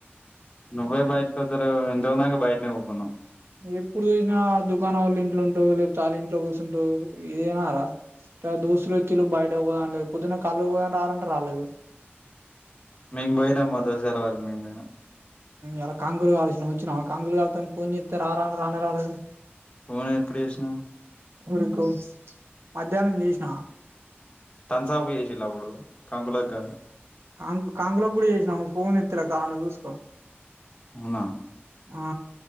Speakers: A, on the left (about 25°); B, on the right (about 70°).
A: నువ్వే బయటకు వతారు ఎంతకుందాక బయటనివ్కున్నావు
B: ఎప్పుడు చూసినా దుకాణం వాళ్ళ ఇంట్లో ఉంటావు లేకపోతే వాళ్ళ ఇంట్లో కూర్చుంటావు ఇదేనాారా ఇ దోస్తులు వచ్చలు బయట పోదాం లేకపోొద్దున కళ్ళు పోదాని రాలంటే రాలేదు
A: మము పోయినా మా దసలా మేమనా
B: ఎలా కాంగులు కాల్సిన వచ్చినా కాంగులు కాళ్తాను పూణ్యతర్ ఆరాండ రానరాాల
A: ఫోన్ ఎప్పుడు చేసినావు
B: ఉరుకు మధ్యాహ్నం చేసిన
A: తస అకుయేషిలా అప్పుడు కంకులకు కాదు
B: ంగ్ కాంగళ పుడి చేయిసినాను ఫోన్ ఎ ల కారణం చూసుకో
A: ఉనా
B: ఆ